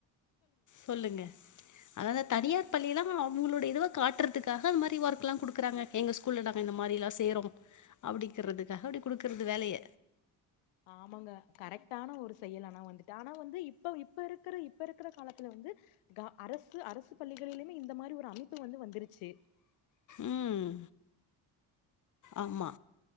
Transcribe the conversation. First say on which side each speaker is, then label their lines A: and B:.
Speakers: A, on the left; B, on the left.
A: சொல்லுங்க அததா தனியார் பள்ளி எல்லா அவங்களுடைய இதுவ காட்டுறதுக்காக அந்த மாரி ஒர்க் எல்லா குடுக்குறாங்க எங்க ஸ்கூல்ல நாங்க இந்த மாரி எல்லா செய்றோ அப்டிங்கிறதுக்காக அப்படி குடுக்கறது வேலைய
B: ஆமாங்க கரெக்ட்டான ஒரு செயல் ஆன வந்துட்டு ஆனா வந்து இப்ப இப்ப இருக்கிற இப்ப இருக்கிற காலத்துல வந்து க அரசு அரசு பள்ளிகளிலுமே இந்த மாரி ஒரு அமைப்பு வந்து வந்துருச்சு
A: ம் ஆமா